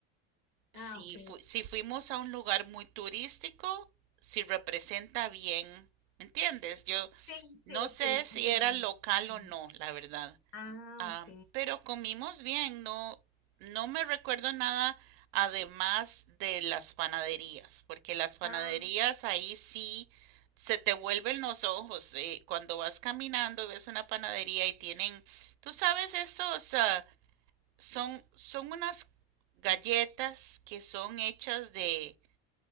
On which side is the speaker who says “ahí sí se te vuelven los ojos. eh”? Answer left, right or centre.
Right